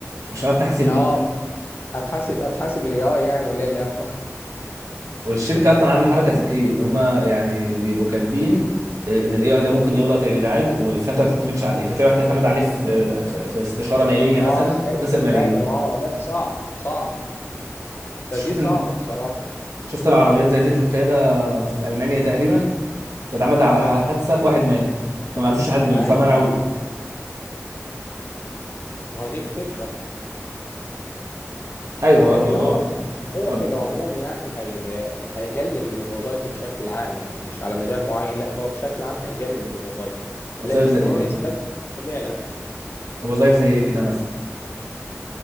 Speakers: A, on the right; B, on the left.
A: مش عارف نحاسب
B: اه
A: مين
B: هتحاسب هتحاسب الاي اي يعني ولا ايه اللي هيحصل <laughs>
A: والشركة اصلا عاملة حركة ذكية ان هم يعني بيبقوا كاتبين آه، ان الاي اي ده ممكن يغلط يا جدعان و- فانت ما تعتمدش عليه فتلاقي واحد اعتمد عليه في في في استشارة مالية مثلا
B: اه في حياه
A: وخسر
B: بني
A: ملايين
B: ادم اه لا صعب صعب
A: شفت
B: فدي صعبه بصراحه
A: شفت العربيات ذاتية القيادة في ألمانيا تقريبا كانت عملت ع-
B: اه
A: حادثة واحد مات فما عرفوش يحاسبوا مين
B: اي
A: فمنعوها
B: ما هو دي الفكره
A: أيوه هو
B: لكن
A: الموضوع
B: هو في هو
A: اتفضل
B: في العموم يعني هي هيقلل من الوظائف بشكل عام يعني مش على مجال معين لا هو بشكل عام هيقلل من الوظائف
A: وظائف
B: لكن
A: زي
B: ان هو يستبدل
A: إيه؟
B: بالكلية لا
A: طب وظائف زي إيه كده مثلا